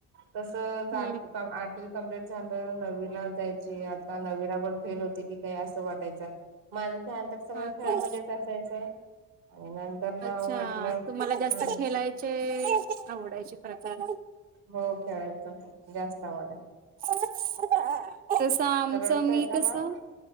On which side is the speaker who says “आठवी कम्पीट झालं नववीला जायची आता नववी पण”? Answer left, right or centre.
Right